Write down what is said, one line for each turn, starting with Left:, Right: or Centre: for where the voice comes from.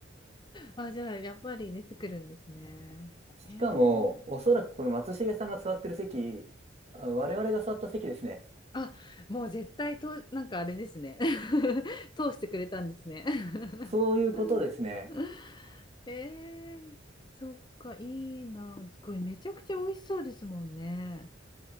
Left: あ、じゃあ、やっぱり出てくるんですね。
Right: しかも、
Left: えー、
Right: おそらくこの松重さんが座ってる席、あ我々が座った席ですね。
Left: あ、もう絶対と、なんかあれですね。<laughs> 通してくれたんですね。<laughs>
Right: そういうことですね。
Left: えー、そっか、いいな。これめちゃくちゃ美味しそうですもんね。